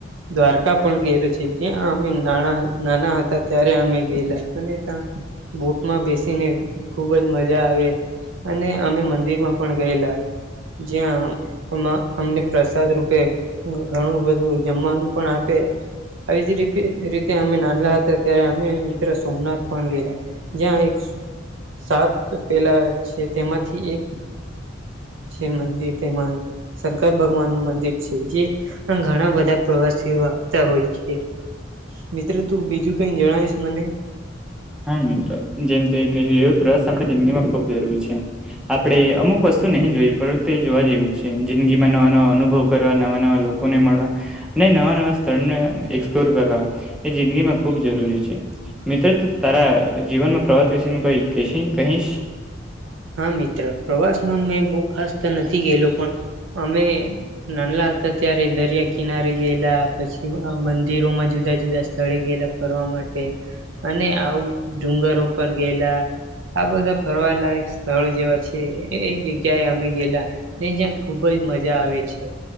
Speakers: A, on the right (about 75°); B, in the centre.
A: દ્વારકા પણ ગયેલો છે જ્યાં અમે ના નાના હતા ત્યારે અમે ગયેલા અને ત્યાં બોટમાં બેસીને ખુબ જ મજા આવે અને અમે મંદિરમાં પણ ગયેલા જ્યાં અએમા અમને પ્રસાદ રૂપે ઘણું બધું જમવાનું પણ આપે આવી જ રીતે રીતે અમે નાનલ હતા ત્યારે અમે મિત્ર સોમનાથ પણ ગયલા જ્યાં એક સાત પેલા છે તેમાંથી એક છે મંદિર તેમાંનું શંકર ભગવાન નું મંદિર છે જે ઘણા બધા પ્રવાસીઓ આવતા હોય છે મિત્રો તું બીજું કઈ જણાવીશ મને
B: હા મિત્રો જેમ ત કહ્યું એ પ્રસ આપણી જિંદગી માં ખુબ જરૂરી છે આપડે અમુક વસ્તુ નહીં જોય પરંતુ એ જોવા જેવી છે જિંદગી માં નવા નવા અનુભવ કરવા નવા નવા લોક લોકોને મળવા ને નવા નવા સ્થળને એક્સપ્લોર કરવા એ જિંદગીમાં ખૂબ જરૂરી છે મિત્ર તારે જીવનમાં પ્રવાસ વિશે નું કઈ કહીશ
A: હા મિત્ર પ્રવાસ માં મેં બહુ ખાસ તો નથી ગયલો પણ અમે નાનલા હતા ત્યારે દરિયા કિનારે ગયલા પછી મંદિરોમાં જુદા જુદા સ્થળે ગયેલા ફરવા માટે અને આબુ ડુંગર ઉપર ગેલા આ બધા ફરવા લાયક સ્થળો જેવા છે એ જગ્યાએ અમે ગેલા ને જ્યાં ખુબજ મજા આવે છે